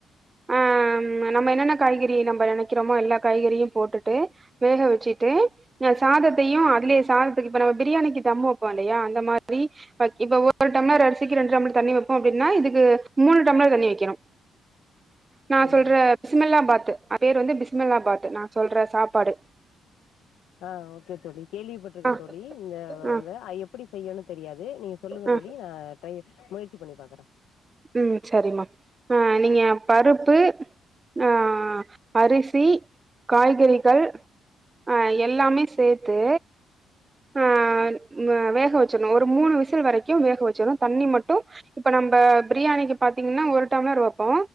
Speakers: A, on the right; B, on the left.
A: ஆ நம்ம என்னென்ன காய்கறி நம்ப நெனக்கிறோமோ எல்லா காய்கறியு போட்டுட்டு வேக வச்சுட்டு் நீ எல் சாதத்தையு அதுலயே சாதத்துக்கு இப்ப நம்ம பிரியாணிக்கு தம் வப் போயி‌ல்லையா அந்த மாதிரி இப்ப ஒரு டம்ளர் அரிசிக்கு ரெண்டு டம்ளர் தண்ணி வெப்போ அப்டின்னா இதுக்கு மூணு டம்ளர் தண்ணி வெக்கணு நா
B: ம்
A: சொல்ற பிசுமல்லா பாத் அது பேர் வந்து பிசுமல்லா பாத் நா சொல்ற சாப்பாடு
B: ஆ ஓகே தோழி கேள்விப்பட்டிருக்கேன்
A: ஆ
B: தோழி இந்த வ
A: ஆ
B: வத ஐயப்ப எப்டி செய்யணு‌ தெரியாது நீங்க சொல்லுங்க
A: ஆ
B: தோழி ‌நா டை முயற்சி பண்ணி பாக்குறே
A: ம் சரிம்மா ஆ நீங்க பருப்பு ஆ அரிசி, காய்கறி கள் அ எல்லாமே சேத்து ஆ ந வேஹ வச்சர்ணு ஒரு மூணு விசில் வரைக்கு வேஹ வெச்சிர்ணு தண்ணி மட்டு இப்ப நம்ப ப்ரியாணிக்கு பாத்தீங்னா ஒரு டம்ளர் வெப்போ